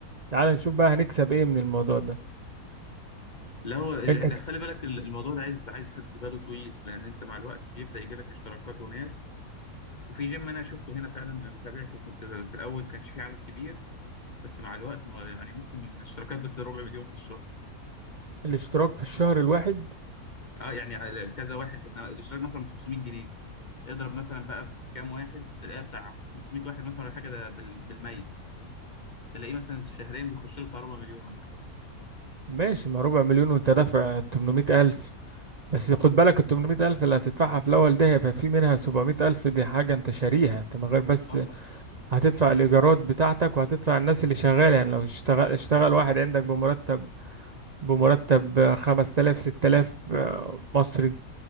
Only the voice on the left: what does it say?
لا هو ال-
لا، خلي بالك ال- الموضوع ده عايز عايز حد باله طويل لان انت مع الوقت بيبدا يجي لك اشتراكات وناس وفي جيم انا شفته هنا فعلا تابعته كنت في الاول كانش في عدد كبير بس مع الوقت ما- يعني ممكن الاشتراكات بس ربع مليون في الشهر
اه يعني على كذا واحد احنا الاشتراك مثلا ب 500 جنيه اضرب مثلا بقى في كام واحد تلاقيها بتاع 500 واحد مثلا ولا حاجه ده بال- بالميت تلاقيه مثلا في شهرين بيخش له بتاع ربع مليون ولا حاجه
اه